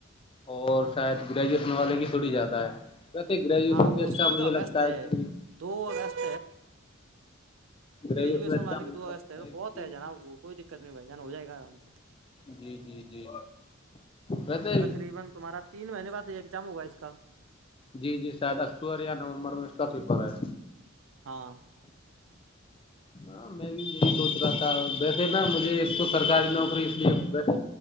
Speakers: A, on the left (about 25°); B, on the right (about 70°).
A: اور شاید گریجویشن والے کی چھوڑ ہی جاتا ہے ویسے گریجویشن
B: ہاں
A: پہ
B: وہ
A: اچا
B: اس کی
A: مجھے
B: تو اگست
A: لگتا ہے کہ
B: دو اگست
A: گریویس
B: گریجویشن
A: میں اچھا
B: والے کی
A: مجھے
B: دو اگست
A: لگتا
B: ہے تو
A: کہ
B: بہت ہے جناب وہ کوئی دقت نہیں بھائی جانا ہو جائے گا آرام سے
A: جی جی جی ویسے
B: <unintelligible> تین مہینے بعد ایگزام ہوا اس کا
A: جی جی شاید اکتوبر یا نومبر میں اس کا فیپر ہے
B: ہاں
A: ہاں میں بھی یہی سوچ رہا تھا ویسے نا مجھے ایک تو سرکاری نو اس لیے وسے